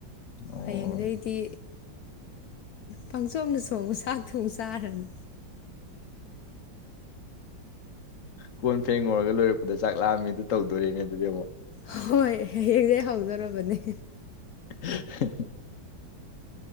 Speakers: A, on the left; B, on the left.
A: ꯑꯣ
B: ꯍꯌꯦꯡꯗꯩꯗꯤ ꯄꯪꯆꯣꯡꯗ ꯆꯣꯡꯕ ꯆꯥꯛ꯫ ꯊꯨꯡꯆꯥꯔꯅꯤ꯫
A: ꯀꯣꯟ ꯐꯦꯡꯂꯣꯏꯔꯒ ꯂꯣꯏꯔꯛꯄꯗ ꯆꯥꯛ ꯂꯥꯝꯃꯦꯗꯨ ꯇꯧꯗꯣꯔꯦꯅꯦ ꯑꯗꯨꯗꯤ ꯑꯃꯨꯛ꯫
B: ꯍꯣꯏ ꯍꯌꯦꯡꯗꯩꯩ ꯍꯧꯗꯣꯔꯕꯅꯦ꯫
A: <inaudible>